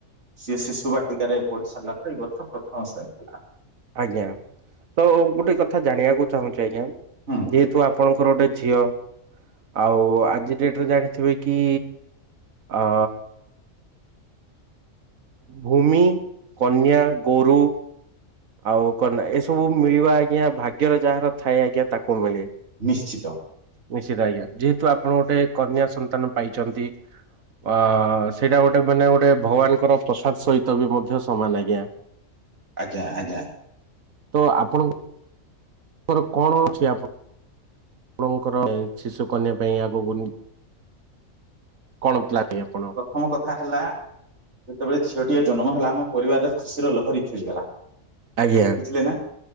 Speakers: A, on the right (about 60°); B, on the right (about 85°).
A: ସିଏ ଶିଶୁ ବାଟିକାରେ ପଢି ସାରିଲା ଏଇ ବର୍ଷ ପ୍ରଥମଶ୍ରେଣୀ ହେଲା।
B: ଆଜ୍ଞା ତ ଗୋଟେ କଥା ଜାଣିବାକୁ ଚାହୁଁଛି ଆଜ୍ଞା
A: ହୁଁ
B: ଯେହେତୁ ଆପଣଙ୍କ ଙ୍କର ଗୋଟେ ଝିଅ ଆଉ ଆଜି ଡେଟରେ ଜାଣିଥିବେ କି ଅ ଭୂମି, କନ୍ୟା, ଗୋରୁ ଆଉ କନ୍ୟା ଏସବୁ ମିଳିବା ଆଜ୍ଞା ଭାଗ୍ୟର ଯାହାର ଥାଏ ଆଜ୍ଞା ତାକୁ ମିଳେ
A: ନିଶ୍ଚିତ
B: ନିଶ୍ଚିତ ଆଜ୍ଞା ଯେହେତୁ ଆପଣ ଗୋଟେ କନ୍ୟା ସନ୍ତାନ ପାଇଛନ୍ତି ଅ ସେଇଟା ଗୋଟେ ମାନେ ଗୋଟେ ଭଗବାନଙ୍କର ପ୍ରସାଦ ସହିତ ବି ମଧ୍ୟ ସମାନ ଆଜ୍ଞା।
A: ଆଜ୍ଞା ଆଜ୍ଞା।
B: ତ ଆପଣଙ୍କୁ ଆପଙ୍କର କଣ ଅଛି ଆପଣ ଆପଣଙ୍କର ଶିଶୁ କନ୍ୟା ପାଇଁ ଆଗକୁ? କଣ ପ୍ଲାନ ଆପଣ?
A: ପ୍ରଥମ କଥା ହେଲା ଯେତେବେଳେ ଝିଅଟିଏ ଜନ୍ମ ହେଲା ଆମ ପରିବାରରେ ଖୁସି ର ଲହରି ଖେଳିଗଲା।
B: ଆଜ୍ଞା
A: ବୁଝିଲେ ନା